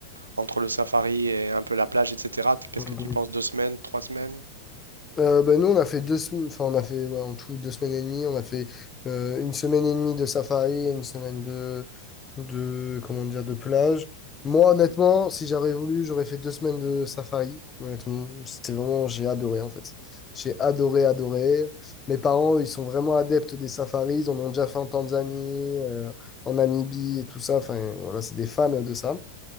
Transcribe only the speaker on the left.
Mhm.
Euh, ben nous, on a fait deux semaines, enfin, on a fait ouais, en tout deux semaines et demie. On a fait euh, une semaine et demie de safari et une semaine de, de, comment dire, de plage. Moi, honnêtement, si j'avais voulu, j'aurais fait deux semaines de safari. Honnêtement, c'était vraiment, j'ai adoré en fait. J'ai adoré, adoré. Mes parents, eux, ils sont vraiment adeptes des safaris. Ils en ont déjà fait en Tanzanie, euh, en Namibie et tout ça. Enfin, voilà, c'est des fans de ça.